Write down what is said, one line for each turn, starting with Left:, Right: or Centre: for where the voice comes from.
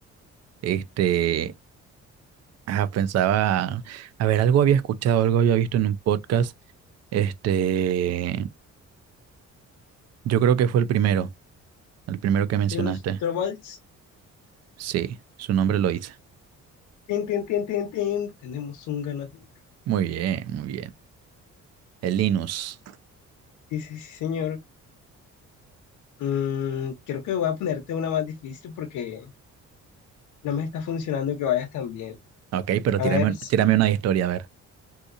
Right: Este, ah, pensaba, a ver, algo había escuchado, algo había visto en un podcast. Este, yo creo que fue el primero, el primero que mencionaste.
Left: Linus Torvalds,
Right: Sí, su nombre lo hice.
Left: Tin, tin, tin, tin, tin. Tenemos un ganador.
Right: Muy bien, muy bien. El Linus.
Left: Sí, sí, sí, señor. Mm, creo que voy a ponerte una más difícil porque no me está funcionando que vayas tan bien.
Right: Ok, pero
Left: A
Right: tírame,
Left: ver, s-
Right: tírame una historia, a ver.